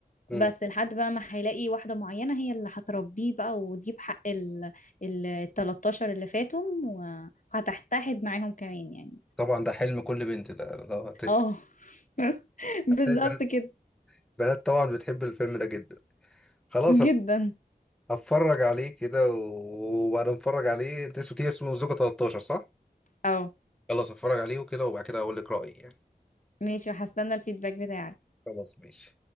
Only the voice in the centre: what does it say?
امم
طبعا ده حلم كل بنت ده ده- ت- ت-
البنات
البنات طبعا بتحب الفيلم ده جدا خلاص أنا
اتفرج عليه كده و- وبعد ما اتفرج عليه انت اسمه اسمه زوجة 13 صح
خلاص اتفرج عليه وكده وبعد كده اقول لك رأيي يعني
خلاص ماشي